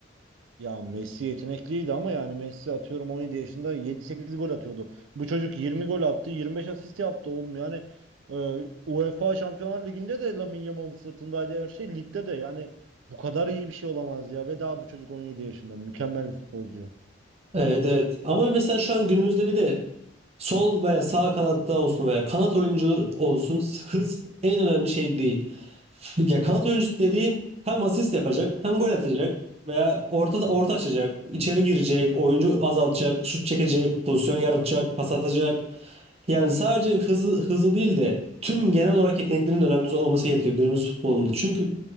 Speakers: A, on the right; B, on the right.
A: Ya Messi yetenekliydi ama yani Messi atıyorum 17 yaşında yedi sekiz gol atıyordu. Bu çocuk 20 gol attı, 25 asist yaptı oğlum. Yani e, UEFA Şampiyonlar Ligi'nde de Lamine Yamal'ın sırtındaydı her şey. Ligde de yani bu kadar iyi bir şey olamaz ya. Ve daha bu çocuk 17 yaşında. Mükemmel bir futbolcu.
B: Evet evet. Ama mesela şu an günümüzde bir de sol veya sağ kanatta olsun veya kanat oyuncu olsun hız en önemli şey değil. <laughs> Ya kanat oyuncusu dediğin hem asist yapacak, hem gol atacak veya orta orta açacak, içeri girecek, oyuncu azaltacak, şut çekecek, pozisyon yaratacak, pas atacak. Yani sadece hızlı hızlı değil de tüm genel olarak yeteneklerinin önemli olması gerekiyor günümüz futbolunda. Çünkü